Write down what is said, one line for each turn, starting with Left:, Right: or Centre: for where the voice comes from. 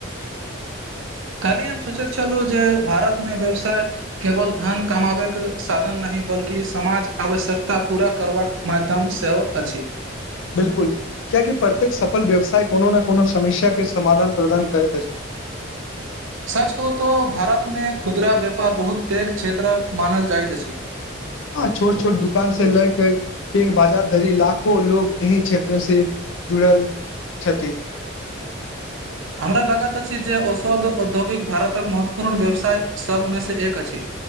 Right: कल्हि हम सोचैत छलहुँ जे भारतमे व्यवसाय केवल धन कमाबैके साधन नहि बल्कि समाज आवश्यकता पूरा करबाक माध्यम सेहो अछि
Left: बिल्कुल कियाकि प्रत्येक सफल व्यवसाय कोनो ने कोनो समस्या के समाधान प्रदान करैत अछि
Right: सच कहू तऽ भारत मे खुदरा व्यापार बहुत पैघ क्षेत्र मानल जाइत अछि
Left: हँ छोट छोट दुकान से लए के पैघ बाजार धरी लाखो लोग एहीं क्षेत्र से जुड़ल छथि
Right: हमरा लागत अछि जे औषध औद्योगिक भारतक महत्वपूर्ण व्यवसाय सबमे से एक अछि